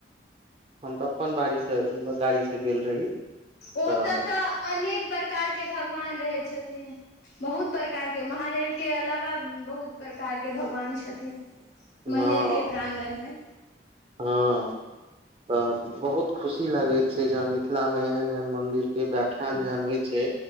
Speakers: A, on the right (about 30°); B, on the left (about 70°).
A: हम त अपन बाड़ी से गाड़ी से गेल रही।
B: ओतत
A: तऽ
B: अनेक प्रकार के भगवान रहैय छथिन बहुत प्रकार के महादेव के अलावा बहुत प्रकार के भगवान छथिन
A: हँ
B: मन्दिर के प्रांगण मे
A: हँ तब बहुत खुशी लगैत छै जहन मिथिला मे एहन एहन मन्दिर के व्याख्यान जहन होइ छै